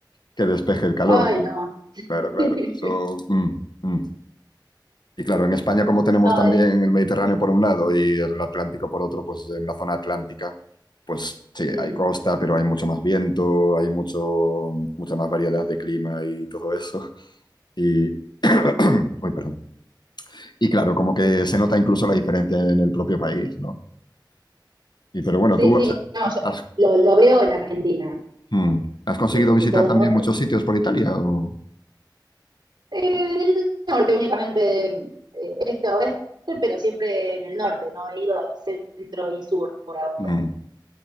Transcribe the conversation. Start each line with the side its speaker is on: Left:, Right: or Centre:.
Left: que despeje el calor.
Right: Ay, no.
Left: Claro, claro.
Right: <laughs>
Left: Eso, mm, mm. Y claro, en España, como tenemos
Right: no
Left: también
Right: eh,
Left: el Mediterráneo por un lado y el Atlántico por otro, pues en la zona atlántica, pues sí,
Right: mm.
Left: hay costa, pero hay mucho más viento, hay mucho, mucha más variedad de clima y todo eso. <laughs> Y, uy, perdón. Y claro, como que se nota incluso la diferencia en el propio país, ¿no? Y pero bueno,
Right: Sí,
Left: ¿tú
Right: sí,
Left: has,
Right: no,
Left: has-
Right: yo lo, lo, veo en Argentina,
Left: mm, ¿has conseguido
Right: eh,
Left: visitar
Right: de todos
Left: también
Right: modos,
Left: muchos
Right: porque
Left: sitios por Italia? o?
Right: Eh, en el norte únicamente, eh, este oeste, pero siempre en el norte, no he ido al centro y sur por ahora.
Left: Mm.